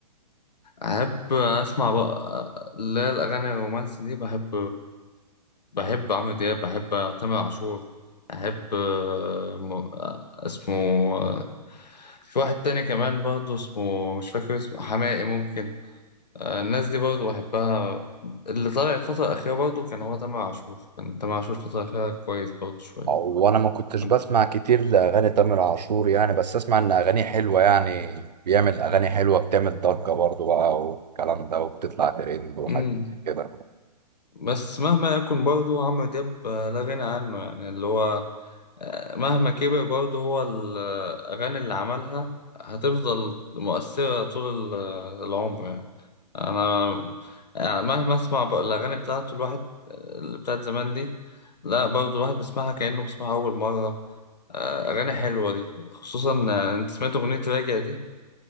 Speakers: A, on the left; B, on the right.
A: أحب أسمع بقى اللي هي الأغاني الرومانسي دي بحب بحب عمرو دياب بحب تامر عاشور أحب م- اسمه في واحد تاني كمان برضه اسمه مش فاكر اسمه حماقي ممكن آه، الناس دي برضه بحبها اللي طالع الفترة الأخيرة برضه كان هو تامر عاشور كان تامر عاشور الفترة الأخيرة كويس برضه شوية
B: وانا ما كنتش
A: كان-
B: بسمع كتير لاغاني تامر عاشور يعني بس اسمع ان اغانيه حلوه يعني بيعمل اغاني حلوه بتعمل ضجه برضو بقى والكلام ده وبتطلع ترند وحاجات
A: مم.
B: كده
A: بس مهما يكن برضه عمرو دياب آه، لا غنى عنه يعني اللي هو آه، مهما كبر برضه هو ال- آه، الأغاني اللي عملها هتفضل مؤثرة طول ال- آه، العمر يعني. انا يعني مهما اسمع بق- الاغاني بتاعته الواحد اللي بتاعت زمان دي لا برضه الواحد بيسمعها كانه بيسمعها اول مره آه، اغاني حلوه دي خصوصا آه، انت سمعت اغنيه راجع دي